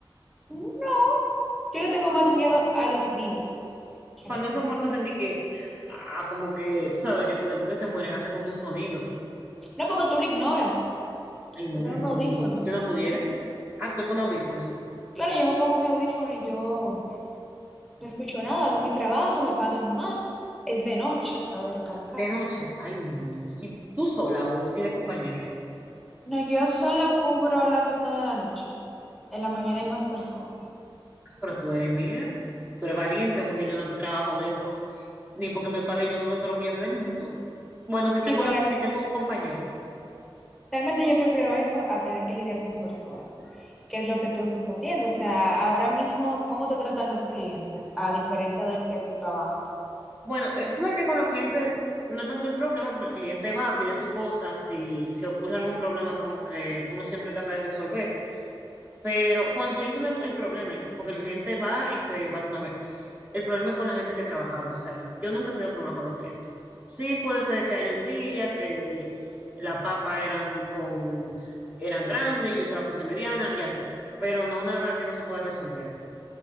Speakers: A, in the centre; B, on the right.
A: No, yo le tengo más miedo a los vivos que
B: Cuando
A: a los
B: esos
A: muertos.
B: muertos sentí que, ah, como que, tú sabes que cu- después que se mueren hace como un sonido.
A: No, porque tú lo ignoras,
B: Ay, no,
A: te pones
B: <laughs>
A: un audífono.
B: yo no pudiera.
A: Entonces,
B: Ah, tú te pones audífonos.
A: Claro, yo me pongo mi audífono y yo No escucho nada, hago mi trabajo, me pagan más. Es de noche, cabe recalcar.
B: De noche, ay, no, no, no. no. Y tú sola o tú tienes compañero ahí.
A: No, yo sola cubro la tanda de la noche. En la mañana hay más personas.
B: Pero tú eres, mira, tú eres valiente porque yo no te trabajo eso, ni porque me paguen yo creo que todos los millones del mundo. Bueno, si
A: Sí,
B: tengo
A: pero
B: una,
A: real-
B: si tengo un compañero,
A: realmente yo prefiero eso a tener que lidiar con personas, que es lo que tú estás haciendo. O sea, ahora mismo, ¿cómo te tratan los clientes a diferencia del que tú estabas antes?
B: Bueno, eh, tú sabes que con los clientes no es tanto el problema, porque el cliente va, pide su cosa, si, si ocurre algún problema, como que uno siempre trata de resolver. Pero con el cliente no es el problema, el- porque el cliente va y se va de una vez. El problema es con la gente que trabajaba, o sea, yo nunca he tenido problema con los clientes. Sí, puede ser que haya un día que la papa eran con, eran grandes y yo se la puse mediana y así, pero no nada que no se pueda resolver.